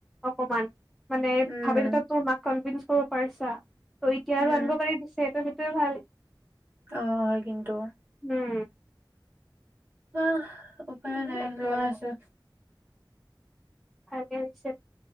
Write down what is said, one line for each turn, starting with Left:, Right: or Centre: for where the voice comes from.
Centre: অকমান মানে
Right: উম,
Centre: ভাবিল তই তোৰ মাক কনভিনচ পৰ পাৰিছা ত' এতিয়া
Right: উম,
Centre: আৰু আনিব পাৰি পিছে এটো তো ভাল
Right: অ হয় কিন্তু
Centre: উম
Right: আহ উপায় নাই যোৱা আছে
Centre: ভালে হৈছে